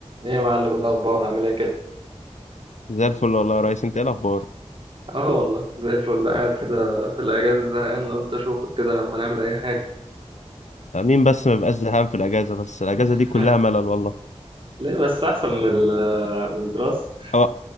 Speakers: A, on the right; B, on the left.
A: ايه يا معلم الاخبار عامل ايه كده
B: زي الفل والله يا ريس انت ايه الاخبار
A: اه والله زي الفل قاعد كده في الاجازه زهقان قلت اشوفك كده لما نعمل اي حاجه
B: آه، مين بس ما بيبقاش زهقان في الاجازه بس الاجازه
A: <laughs>
B: دي كلها ملل والله
A: ليه بس احسن من ال- من الدراسه
B: هو